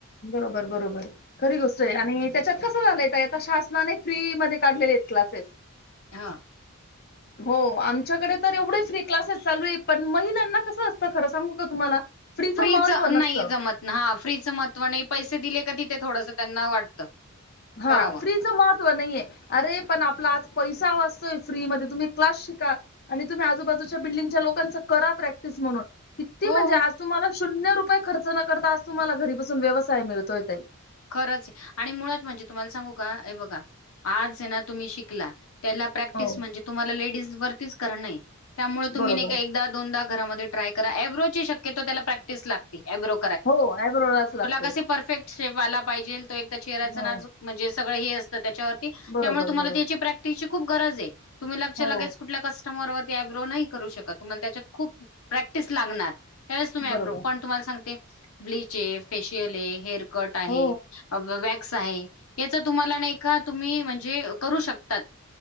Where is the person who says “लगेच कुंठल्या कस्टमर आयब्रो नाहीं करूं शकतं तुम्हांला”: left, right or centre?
Left